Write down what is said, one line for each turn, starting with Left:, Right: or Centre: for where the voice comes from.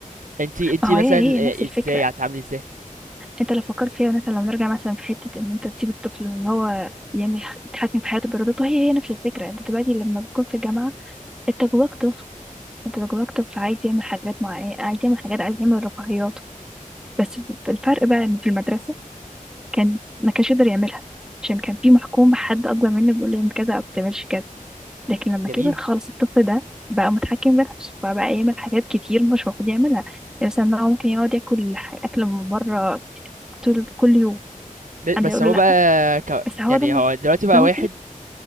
Right: انت انت
Centre: ما هو
Right: مثلا
Centre: هي هي
Right: آه،
Centre: نفس الفكرة
Right: ازاي يعني هتتعاملي ازاي
Centre: أنت لو فكرت فيها مثلا لو نرجع مثلا في حتة إن أنت تسيب الطفل إن هو يعمل يتحكم في حياته بإرادته هي هي نفس الفكرة أنت دلوقتي لما بتكون في الجامعة أنت جواك طفل أنت جواك طفل عايز يعمل حاجات معينة عايز يعمل حاجات عايز يعمل رفاهيات بس الفرق بقى ان في المدرسة كان ما كانش يقدر يعملها عشان كان في محكوم بحد اكبر منه بيقول له اعمل كذا او بتعملش كذا لكن لما كبر
Right: جميل
Centre: خلاص الطفل ده بقى متحكم بنفسه فبقى يعمل حاجات كتير مش المفروض يعملها يعني مثلا إن هو ممكن يقعد ياكل ح- اكل من بره طول كل يوم
Right: ب-
Centre: حد
Right: بس
Centre: يقول
Right: هو
Centre: له لا
Right: بقى ك...
Centre: بس هو
Right: يعني
Centre: ده مز...
Right: هو دلوقتي بقى
Centre: ده مفيد
Right: واحد